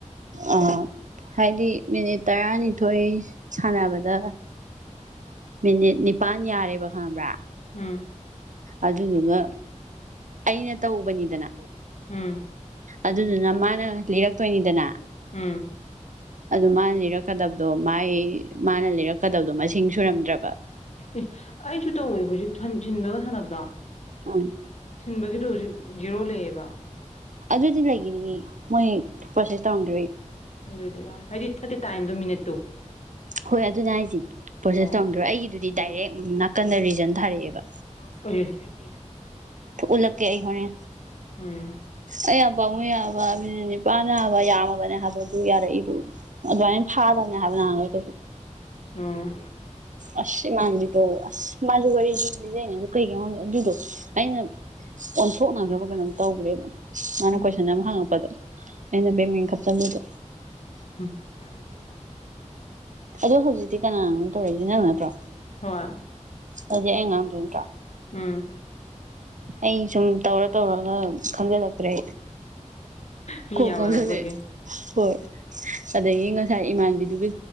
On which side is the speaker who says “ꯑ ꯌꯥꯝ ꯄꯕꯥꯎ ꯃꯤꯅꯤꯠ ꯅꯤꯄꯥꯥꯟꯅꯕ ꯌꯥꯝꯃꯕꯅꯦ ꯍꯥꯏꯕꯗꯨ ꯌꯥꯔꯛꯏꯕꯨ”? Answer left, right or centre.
Right